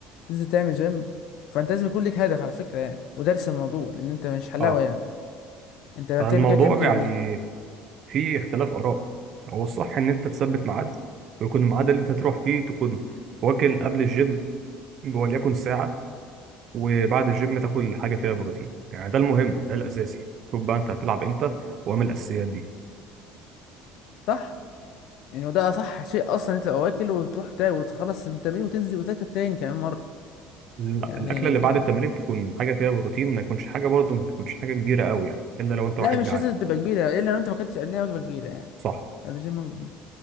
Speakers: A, on the left; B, on the right.
A: تنزل تعمل جيم فانت لازم يكون ليك هدف على فكره يعني ودارس الموضوع لان انت مش حلاوه
B: اه
A: يعني انت لما
B: فالموضوع
A: بتعمل كده بتعمل كده
B: يعني
A: ليه
B: فيه اختلاف آراء هو الصح إن أنت تثبت ميعاد ويكون الميعاد اللي أنت تروح فيه تكون واكل قبل الجيم وليكن ساعة وبعد الجيم تاكل حاجة فيها بروتين يعني ده المهم ده الأساسي شوف بقى أنت هتلعب إمتى واعمل الأساسيات دي
A: صح يعني وده اصح شيء اصلا انت تبقى واكل وتروح تا- وتخلص التمرين وتنزل وتاكل تاني كمان مره
B: ال-
A: يعني
B: الأكلة اللي بعد التمرين تكون حاجة فيها بروتين ما يكونش حاجة برضه ما تكونش حاجة كبيرة قوي يعني إلا لو أنت
A: لا
B: واحد
A: مش
B: جعان
A: لازم تبقى كبيره الا لو انت ما اكلتش قبلها وجبه كبيره يعني
B: صح
A: الجيم وجبه كبيره